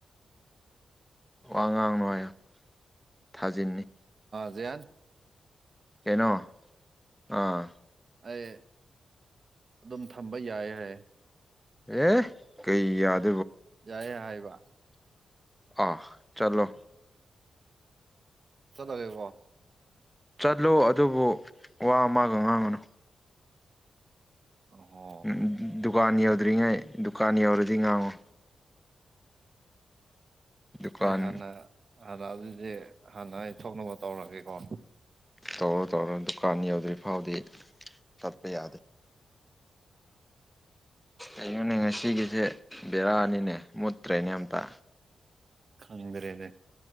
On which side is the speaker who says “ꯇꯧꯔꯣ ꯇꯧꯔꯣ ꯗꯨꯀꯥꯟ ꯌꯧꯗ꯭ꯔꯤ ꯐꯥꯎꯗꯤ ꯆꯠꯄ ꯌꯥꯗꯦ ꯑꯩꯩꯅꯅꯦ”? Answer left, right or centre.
Centre